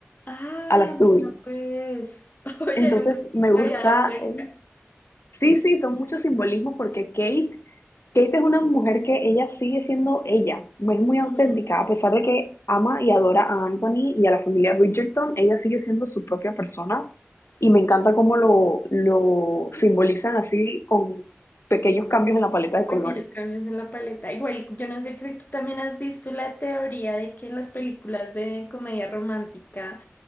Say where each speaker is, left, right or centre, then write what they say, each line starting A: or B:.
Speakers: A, on the left; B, on the left.
A: Ah,
B: al azul.
A: mira pues. <laughs> Oye,
B: Entonces
A: nunca
B: me gusta,
A: me había dado cuenta.
B: eh, Sí, sí, son muchos simbolismos porque Kate, Kate es una mujer que ella sigue siendo ella, no es muy
A: Ujú.
B: auténtica, a pesar de que ama y adora a Anthony y a la familia Bridgerton, ella sigue siendo su propia persona y me encanta cómo lo, lo simbolizan así con pequeños cambios en la paleta
A: Pequeños
B: de colores.
A: cambios en la paleta. Igual, yo no sé si tú también has visto la teoría de que en las películas de comedia romántica.